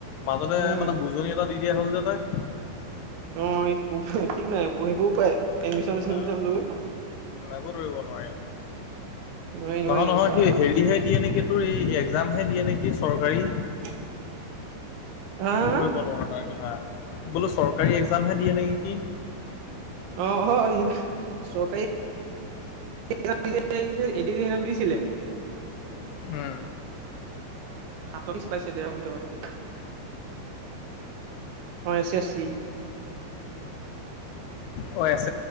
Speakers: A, on the left (about 75°); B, on the right (about 75°).
A: মাজতে
B: উম
A: মানে বুজনি এটা দি দিয়া হ'ল যে তাক।
B: অ', ঠিক নাই পঢ়িবও পাৰে। এডমিশন চেডমিশন
A: নাই
B: লৈ।
A: একো ধৰিব নোৱাৰি।
B: নোৱাৰি নোৱাৰি
A: নহয় নহয়
B: বা
A: সি হেৰিহে দিয়ে নেকি, তোৰ এই এগজামহে দিয়ে নেকি চৰকাৰী।
B: <unintelligible> <inaudible> হা
A: একো
B: হা হা,
A: ধৰিব নোৱাৰো তাৰ কথা বোলো চৰকাৰী এগজামহে দিয়ে নেকি সি।
B: অ', অ', চৰকাৰী <inaudible> এই যে এ দি জি হেৰাওন দিছিল।
A: উম।
B: সাতত্ৰিশ পাইছে, দেৰশ ভিতৰত। অ' এছ এছ চি।
A: অ' এছ